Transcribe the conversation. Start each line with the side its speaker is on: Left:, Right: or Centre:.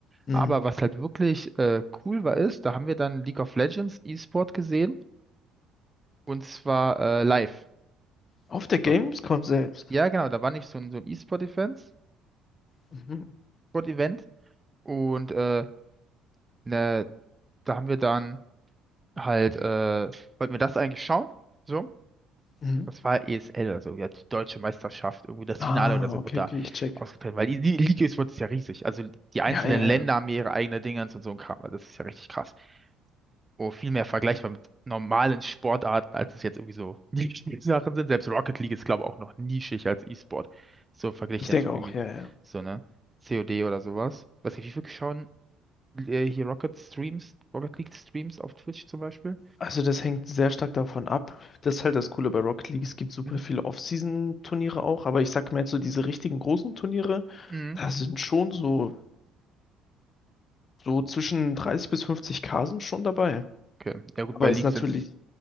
Left: Mhm.
Right: Aber was halt wirklich äh, cool war, ist, da haben wir dann League of Legends E-Sport gesehen und zwar äh, live.
Left: Auf der Gamescom
Right: So.
Left: selbst.
Right: Ja, genau, da war nicht so ein, so ein E-Sport-Event.
Left: Mhm.
Right: Sport-Event. Und äh, ne, da haben wir dann. halt, äh, wollten wir das eigentlich schauen? So,
Left: Mhm.
Right: das war ESL oder so, ja, die deutsche Meisterschaft, irgendwie das
Left: Ah,
Right: Finale oder so
Left: okay,
Right: wird da
Left: okay, ich check.
Right: ausgetragen, weil die, die Liga ist, wird ist ja riesig. Also die einzelnen
Left: Ja, ja,
Right: Länder
Left: ja.
Right: haben ihre eigenen Dingens und so ein Kram, also das ist ja richtig krass. Wo viel mehr vergleichbar mit normalen Sportarten, als es jetzt irgendwie so Nischensachen sind. Selbst Rocket League ist, glaube ich, auch noch nischig als E-Sport. So verglichen
Left: Ich
Right: jetzt
Left: denke
Right: mit
Left: auch,
Right: irgendwie
Left: ja, ja. ja.
Right: so, ne? COD oder sowas. Weiß nicht, wie viel schauen äh, hier Rocket Streams, Rocket League Streams auf Twitch zum Beispiel?
Left: Also das hängt sehr stark davon ab. Das ist halt das Coole bei Rocket League. Es gibt super
Right: Mhm.
Left: viele Off-Season-Turniere auch, aber ich sag mal jetzt so diese richtigen großen Turniere,
Right: Mhm.
Left: da sind schon so, so zwischen 30 bis 50k sind schon dabei.
Right: Okay. Ja gut,
Left: Aber
Right: bei League
Left: ist natürlich
Right: sind's,